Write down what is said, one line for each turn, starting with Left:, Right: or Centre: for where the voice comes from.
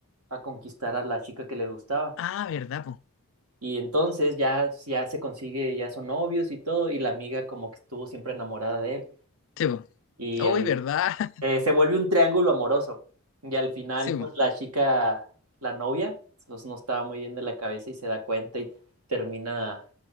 Right: a conquistar a la chica que le gustaba.
Left: Ah, verdad, po.
Right: Y entonces ya, ya se consigue, ya son novios y todo, y la amiga como que estuvo siempre enamorada de él.
Left: Sí, po.
Right: Y él
Left: Uy, verdad. <laughs>
Right: eh, se vuelve un triángulo amoroso. Y al final,
Left: Sí,
Right: pues
Left: po.
Right: la chica, la novia, pues, no estaba muy bien de la cabeza y se da cuenta y termina